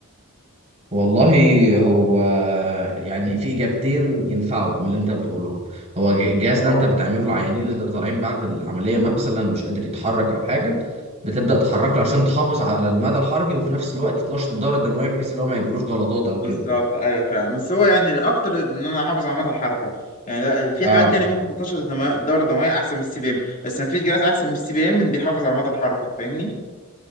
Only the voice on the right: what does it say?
والله هو يعني في اجابتين ينفعوا من اللي انت بتقولهم هو ج- الجهاز
ده انت بتعمله العيانين اللي طالعين بعد العمليه مثلا مش قادر يتحرك او حاجه بتبدا تحرك له عشان تحافظ على المدى الحركي وفي نفس الوقت تنشط الدوره الدمويه بحيث ان هو ما يجيلوش جلطات
او كده
اه